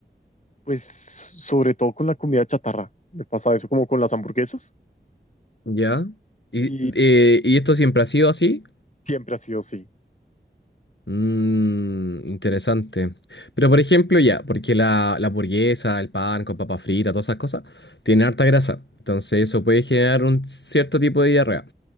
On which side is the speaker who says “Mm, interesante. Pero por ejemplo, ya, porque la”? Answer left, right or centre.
Left